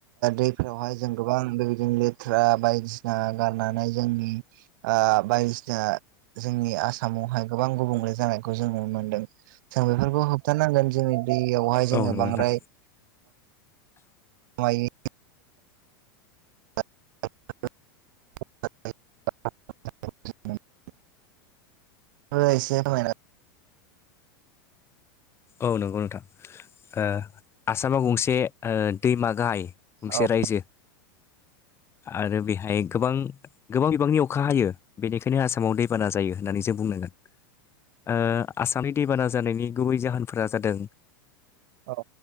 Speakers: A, on the right (about 65°); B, on the left (about 20°).
A: दैफोरावहाय जों गोबां बेबायदिनो लेथ्रा बायदिसिना गारनानै जोंनि बायदिसिना जोंनि आसामावहाय गोबां गुबुंले जानायखौ जों नुनो मोन्दों जों बेफोरखौ होबथानांगोन जोंनि दैयावहाय
B: औ
A: जोङो
B: नंगौ
A: बांद्राय
B: नोंथां
A: मायनि <unintelligible> बायस माया
B: औ नंगौ नोंथां ओ आसामाव गंसे दैमा गाहाय गंसे
A: औ
B: रायजो आरो बेहाय गोबां गोबां बिबांनि अखा हायो बेनिखायनो आसामाव दैबाना जायो होननानै जों बुंनांगोन। ओ आसामनि दैबाना जानायनि गुबै जाहोनफोरा जादों
A: औ